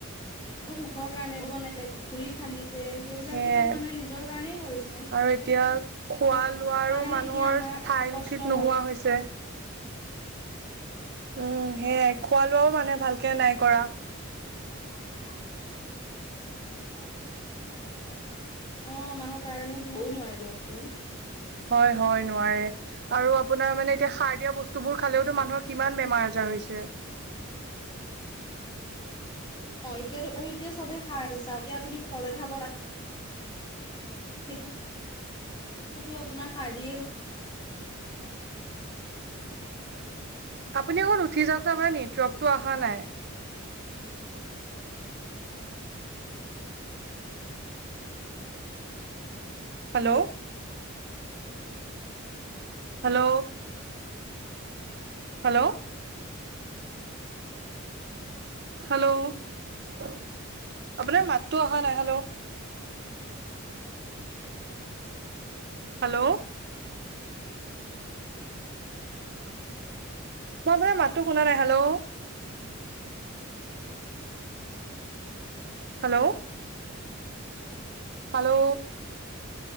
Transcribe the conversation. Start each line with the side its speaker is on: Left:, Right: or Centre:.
Left: সুখৰ কাৰণে ঘৰ বনাইছে, পুখুৰী খান্দিছে। তে, সেইবিলাকতো
Right: সেয়াই
Left: চব মানুহে নিজৰ কাৰণেই কৰিছে।
Right: আৰু এতিয়া খোৱা -লোৱাৰো
Left: তাৰ কাৰণে
Right: মানুহৰ
Left: এতিয়া আমাৰ
Right: ঠাই-
Left: কষ্ট
Right: ঠিত
Left: হয়
Right: নোহোৱা হৈছে। উম সেয়াই খোৱা- লোৱাও মানুহে ভালকে নাই কৰা।
Left: ডাঙৰ ঠাই <inaudible> গলৌ মানে ভালকে নাই কৰা, অ মাহৰ তাৰ কাৰণে কও নোৱাৰে দিয়কচোন।
Right: হয় হয় নোৱাৰে আৰু আ পোনাৰ মানে এতিয়া সাৰ দিয়া বস্তুবোৰ খালেওতো মানুহৰ কিমান বেমাৰ -আজাৰ হৈছে।
Left: <inaudible> অ এতিয়াতো আৰু এতিয়া চবে সাৰ আছে চাও এতিয়া আপুনি ফল খাব তাত। সেটো ক আপোনাৰ হাৰদিয়ে।
Right: আপুনি অকণ উঠি যাওক আপোনাৰ নেট্ৰকটো অহা নাই। হেল্ল'। হেল্ল'। হেল্ল'। হেল্ল' আপোনাৰ মাতটো অহা নাই হেল্ল'। হেল্ল'। মই আপোনাৰ মাতো শুনা নাই hello. Hello. Hello.